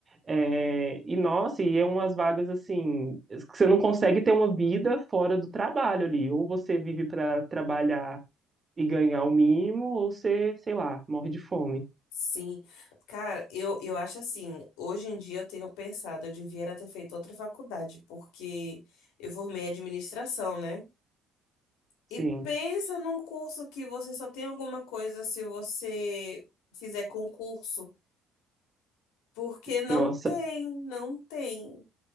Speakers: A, on the right; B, on the left.
A: É, e nossa, e é umas vagas assim, que você não consegue ter uma vida fora do trabalho ali. Ou você vive para trabalhar e ganhar o mínimo, ou você, sei lá, morre de fome.
B: sim. Cara, eu, eu acho assim, hoje em dia eu tenho pensado, eu devia era ter feito outra faculdade, porque eu formei administração, né?
A: Sim.
B: E pensa num curso que você só tem alguma coisa se você fizer concurso. Porque não
A: Nossa,
B: tem, não tem.